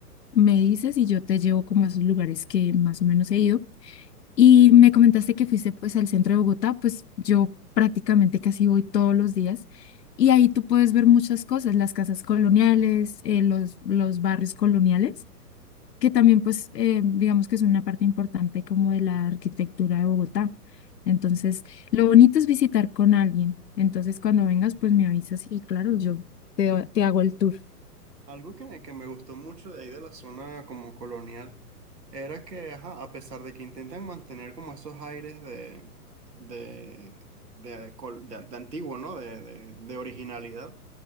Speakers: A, on the left (about 80°); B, on the right (about 80°).
A: me dices y yo te llevo como a esos lugares que más o menos he ido. Y me comentaste que fuiste pues al centro de Bogotá, pues yo prácticamente casi voy todos los días y ahí tú puedes ver muchas cosas, las casas coloniales, eh, los, los barrios coloniales, que también pues eh, digamos que es una parte importante como de la arquitectura de Bogotá. Entonces, lo bonito es visitar con alguien. Entonces, cuando vengas, pues me avisas y claro, yo te, te hago el tour.
B: Algo que, que me gustó mucho de ahí de la zona como colonial era que, ajá, a pesar de que intentan mantener como esos aires de, de, de, col- de- de antiguo, ¿no? De, de- de originalidad,